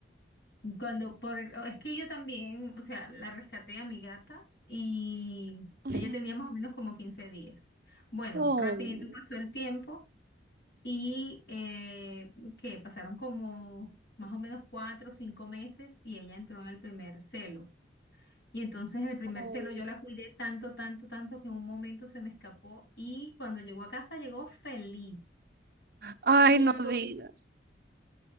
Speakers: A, on the left (about 70°); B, on the right (about 50°).
A: Y Cuando por el- es que yo también, o sea, la rescaté a mi gata y
B: ujú.
A: ella tenía más o menos como 15 días. Bueno,
B: Oh,
A: rapidito pasó el tiempo y eh, que pasaron como más o menos cuatro o cinco meses y ella entró en el primer celo. Y entonces en el primer
B: oh.
A: celo yo la cuidé tanto, tanto, tanto que en un momento se me escapó y cuando llegó a casa llegó feliz.
B: Ay,
A: Y
B: no
A: entonces
B: digas,